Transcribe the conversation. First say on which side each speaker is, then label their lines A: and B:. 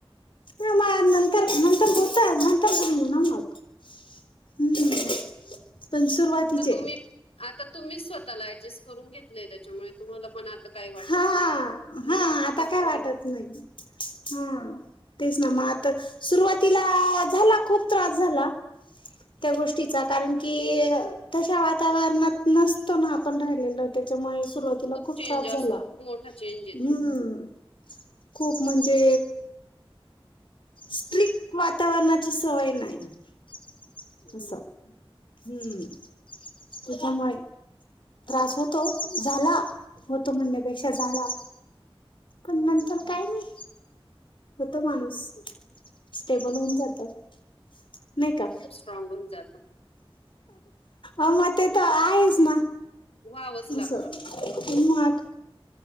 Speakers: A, on the left; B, on the left.
A: न म नंतर नंतर गोता नंतर बोलल नम मत हम्म
B: ना.
A: पण सुरुवातीचे
B: तुम्ही आता तुम्ही स्वतःला ऍडजस्ट करून घेत त्याच्यामुळे तुम्हाला पण आता काही वाटत
A: हा
B: नाही
A: हा आता
B: ऍक्च्युली
A: काय वाटत नाही हा तेच ना मग आता सुरुवातीला झाला खूप त्रास झाला त्या गोष्टीचा कारण की तशा वातावरणात नसतो ना आपण राहिलेलो त्याच्यामुळे सुरुवातीला खूप
B: चेंज
A: त्रास झाला.
B: असतो खूप मोठा चेंज येतो
A: हम्म. खूप म्हणजे स्ट्रिक वातावरणाची सवय नाही <inaudible>
B: हम्म.
A: असं. हम्म. त्याच्या मुळे त्रास होतो झाला होतो म्हणण्यापेक्षा झाला. पण
B: हम्म.
A: नंतर काय नाही होतो माणूस
B: हम्म.
A: स्टेबल होऊन जात. <inaudible> नाही का?
B: स्ट्रॉग होऊन जातं.
A: अ म ते त आहेस ना.
B: व्हावंच
A: असं
B: लागतं
A: ते मग